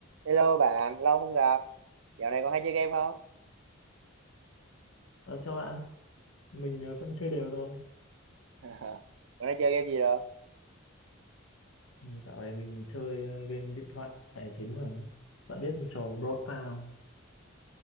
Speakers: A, on the right; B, on the left.
A: Hello bạn, lâu không gặp. Dạo này còn hay chơi game không?
B: Ờ, chào bạn, mình ờ, vẫn chơi đều thôi.
A: <laughs> Bạn đang chơi game gì rồi?
B: Ừ, Dạo này mình chơi ờ, game điện thoại là chính mà. Bạn biết trò Brawl Stars không?